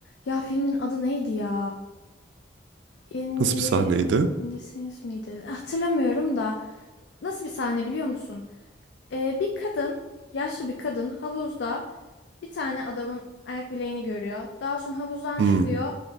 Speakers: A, on the left; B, on the right.
A: Ya filmin adı neydi ya? Indi,
B: Nasıl bir sahneydi?
A: indisiniz miydi? Hatırlamıyorum da nasıl bir sahne biliyor musun? Ee, bir kadın, yaşlı bir kadın havuzda bir tane adamın ayak bileğini görüyor. Daha sonra havuzdan
B: Hmm,
A: çıkıyor,